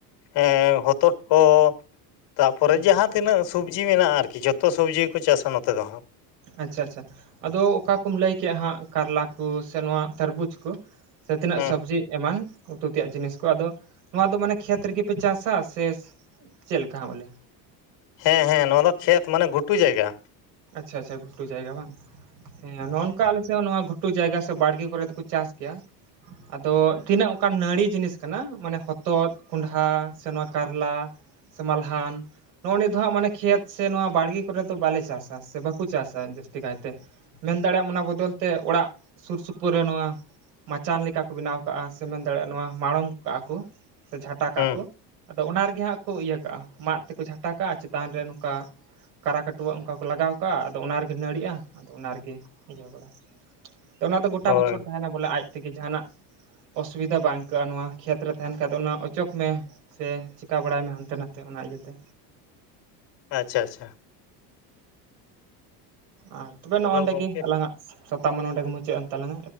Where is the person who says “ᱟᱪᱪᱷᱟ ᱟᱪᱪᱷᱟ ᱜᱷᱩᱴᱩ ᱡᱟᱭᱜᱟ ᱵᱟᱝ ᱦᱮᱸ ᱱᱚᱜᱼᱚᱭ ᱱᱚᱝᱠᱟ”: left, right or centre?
Right